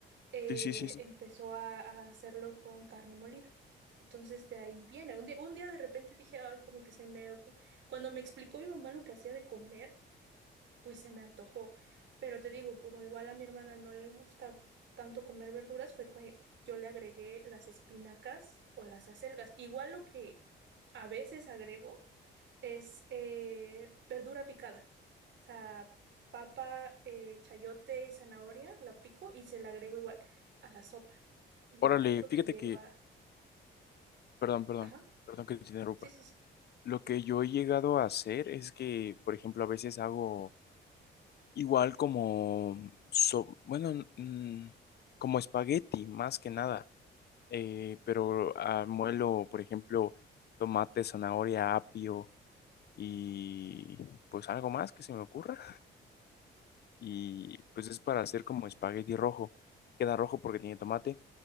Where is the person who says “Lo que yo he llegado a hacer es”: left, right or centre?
Left